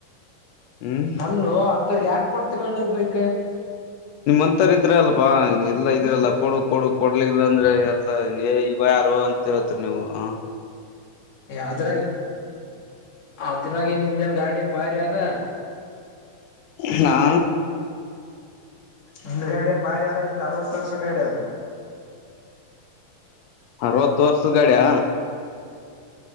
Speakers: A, on the left; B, on the left.
A: ಹ್ಮ್
B: ಅಲ್ಲು ಅಂತವರ್ಗ ಯಾಕ ಕೊಡ್ತೀರ -ನೀ -ಬೈಕ್
A: ನಿಮ್ಮಂತರ ಇದ್ರ ಅಲ್ಪಾ ಎಲ್ಲಾ ಇದ್ರಲ್ಲ ಕೊಡು ಕೊಡು ಕೊಡ್ಲಿಲ್ಲ ಅಂದ್ರೆ ಎಲ್ಲ. ಯಾರು ಅಂತ ಹೇತ್ರಿ ನೀವು- ಹ
B: ಅದ್ರಾಗ ಅದ್ರಾಗ ನ ಇಜನ ಗಾಡಿ ಏನ್ ಭಾರಿ ಅದ
A: ಹಾ
B: ನಿಂದ ಗಾಡ ಏನ ಭಾರಿ ಆದದ ನಿಂದ ಅರವತ್ತು ವರ್ಷ ಗಾಡಿ ಅದ.
A: ಅರವತ್ತು ವರ್ಷದ ಗಾಡಿಯ